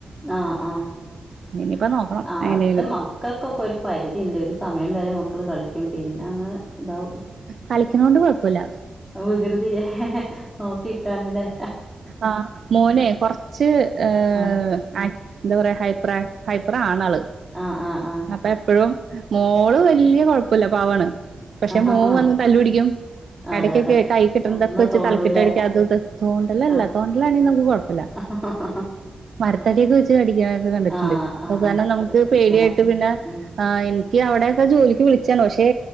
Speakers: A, on the left; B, on the right.
A: ആഹ് ആഹ്
B: ഇനിയിപ്പ നോക്കണം
A: ആഹ്
B: എങ്ങനേലും
A: അത് മ ക്കക്കൊക്കൊരു പരിധിയിണ്ട് ഒരു സമയം വരെ മക്കള് കളിക്കും പിന്നങ്ങ് ഇതാവും
B: കളിക്കണോണ്ട് കൊഴപ്പല്ല
A: ആ വികൃതിയെ നോക്കിനിക്കാനല്ലേ
B: ആഹ് മോനെ കൊറച്ച് ഏഹ്
A: ആ
B: ആ എന്താ പറയാ ഹൈപ്പറാ ഹൈപ്പറാണാള്
A: ആഹ് ആഹ് ആഹ്
B: അപ്പ എപ്പഴും മോള് വല്ല്യ കുഴപ്പല്ല പാവാണ് പക്ഷെ
A: ആ
B: മോൻ വന്ന് തല്ലു പിടിക്കും
A: അതെ
B: എടയ്ക്കൊക്കെ
A: അതെ
B: കൈ കിട്ട്ണതൊക്കെ
A: ഒന്ന്
B: വെച്ച്
A: തോണ്ടൂല്ലേ
B: തല ക്ക്‌ ഇട്ട് അടിക്കാ അതും ഇതും തോണ്ടലല്ല
A: ആ
B: തോണ്ടലാണെ നമുക്ക് കുഴപ്പല്ല
A: <unintelligible>
B: മരത്തടിയൊക്കെ വെച്ച് അടിക്കണൊക്കെ കണ്ടിട്ടുണ്ട്
A: ആ ആ
B: അത്‌ കാരണം
A: ആ
B: നമുക്ക്
A: ശ്രദ്ധിക്കണം
B: പേടിയായിട്ട്
A: ഉം
B: പിന്നെ
A: ഉം
B: ആഹ് എനിക്ക് അവിടെക്കെ ജോലിക്ക് വിളിച്ചാണ് പക്ഷേ